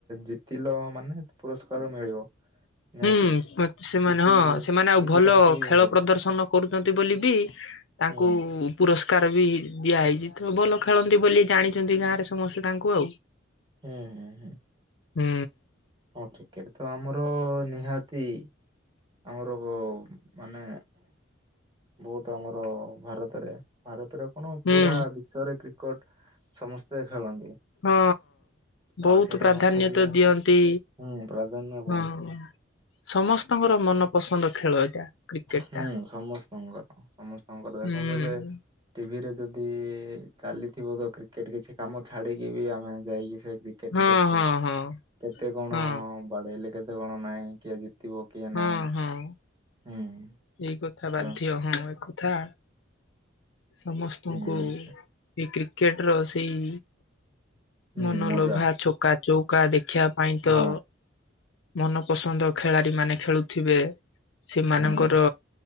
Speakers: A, on the right; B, on the left.
A: ଜିତିଲ ମାନେ ପୁରସ୍କାର ମିଳିବ। ନିହାତି
B: ହୁଁ ମେ ସେମାନେ
A: କିଛି
B: ହଁ ସେମାନେ ଆଉ
A: କିଛି
B: ଭଲ
A: ଟଙ୍କା ବି
B: ଖେଳ
A: ମିଳେ
B: ପ୍ରଦର୍ଶନ କରୁଛନ୍ତି ବୋଲି ବି ତାଙ୍କୁ
A: ହୁଁ
B: ପୁରସ୍କାର ବି ଦିଆହେଇଛି ତ ଭଲ ଖେଳନ୍ତି ବୋଲି ଜାଣିଛନ୍ତି ଗାଁରେ ସମସ୍ତେ ତାଙ୍କୁ ଆଉ
A: ହୁଁ ହୁଁ।
B: ହୁଁ।
A: ହଁ କ୍ରିକେଟ ତ ଆମର ନିହାତି ଆମର ମାନେ ବହୁତ ଆମର ଭାରତରେ ଭାରତରେ କଣ
B: ହୁଁ
A: ପୁରା ବିଶ୍ୱରେ କ୍ରିକେଟ ସମସ୍ତେ ଖେଳନ୍ତି।
B: ହଁ ବହୁତ
A: ଆଉ ସେଇଟା
B: ପ୍ରାଧାନ୍ୟ
A: ନ ଖେଳିଲେ
B: ତ ଦିଅନ୍ତି।
A: ହୁଁ ପ୍ରାଧାନ୍ୟ
B: ହଁ
A: ବହୁତ।
B: ସମସ୍ତଙ୍କର ମନପସନ୍ଦ ଖେଳ। ଏଇଟା କ୍ରିକେଟ
A: ହୁଁ
B: ଟା
A: ସମସ୍ତଙ୍କର ସମସ୍ତଙ୍କର ଦେଖନ୍ତୁ
B: ହୁଁ
A: ଏବେ। ଟିଭିରେ ଯଦି ଚାଲିଥିବ ତ କ୍ରିକେଟ କିଛି କାମ ଛାଡିକି ବି ଆମେ ଯାଇକି ସେ କେତେ
B: ହଁ
A: ଦେଖୁ
B: ହଁ ହଁ
A: କେତେ କଣ
B: ହଁ
A: ବାଡେଇଲେ କେତେ କଣ ନାହିଁ କି ଆଜି ପିବ କିଆ
B: ହଁ
A: ନାଇଁ
B: ହଁ
A: ହୁଁ।
B: ଏଇ କଥା
A: ତ
B: ବାଧ୍ୟ ହଁ ଏକଥା। ସମସ୍ତଙ୍କୁ
A: ହୁଁ
B: ଏ କ୍ରିକେଟ ର ସେଇ
A: ହୁଁ
B: ମନ
A: ମଜା
B: ଲୋଭା ଛକା ଚୌକା ଦେଖିବା ପାଇଁ
A: ହଁ
B: ତ ମନ ପସନ୍ଦ ଖେଳାଳି ମାନେ ଖେଳୁଥିବେ ସେମାନଙ୍କର
A: ହଁ।